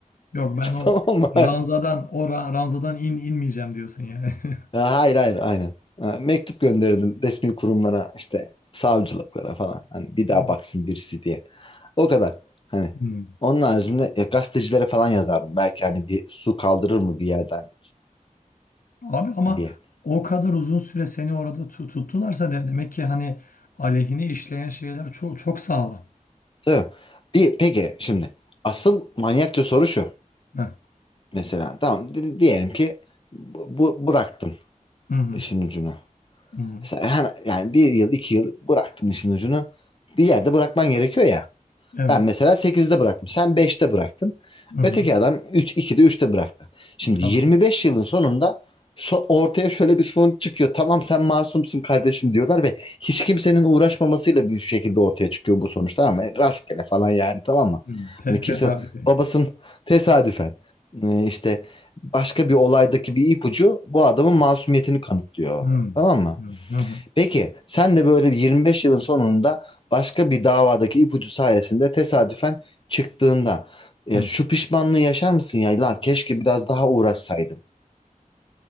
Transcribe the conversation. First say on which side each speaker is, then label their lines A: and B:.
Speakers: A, on the left; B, on the left.
A: Yok ben o
B: Tamam mı?
A: ranzadan o ra- ranzadan in inmeyeceğim diyorsun yani. <laughs>
B: Ya, Hayır hayır aynen. Ha, Mektup gönderirdim resmi kurumlara işte savcılıklara falan. Hani bir daha
A: Hmm.
B: baksın birisi diye. O kadar. Hani
A: Hmm.
B: onun haricinde ya, gazetecilere falan yazardım. Belki hani bir su kaldırır mı bir yerden
A: Abi ama
B: diye.
A: o kadar uzun süre seni orada tu- tuttularsa de demek ki hani aleyhine işleyen şeyler çok çok sağlam.
B: Tabii. Bir, peki şimdi asıl manyakça soru şu.
A: Heh.
B: Mesela tamam di- diyelim ki bu, bu- bıraktın
A: Hı hı.
B: işin ucunu.
A: Hı hı.
B: Mesela hemen yani bir yıl iki yıl bıraktın işin ucunu. Bir yerde bırakman gerekiyor ya.
A: Evet.
B: Ben mesela sekizde bıraktım. Sen beşte bıraktın.
A: Hı hı.
B: Öteki adam 3, 2'de üçte bıraktı. Şimdi
A: Tamam.
B: 25 yılın sonunda so- ortaya şöyle bir sonuç çıkıyor. Tamam sen masumsun kardeşim diyorlar ve hiç kimsenin uğraşmamasıyla bir şekilde ortaya çıkıyor bu sonuçta ama rastgele falan yani tamam mı?
A: Hmm, te-
B: Hani kimse
A: tesadüfi.
B: babasının tesadüfen e, işte başka bir olaydaki bir ipucu bu adamın masumiyetini kanıtlıyor.
A: Hmm,
B: Tamam mı?
A: hmm, hı hı,
B: Peki sen de böyle bir 25 yılın sonunda başka bir davadaki ipucu sayesinde tesadüfen çıktığında ya
A: hı.
B: şu pişmanlığı yaşar mısın ya? Lan keşke biraz daha uğraşsaydım.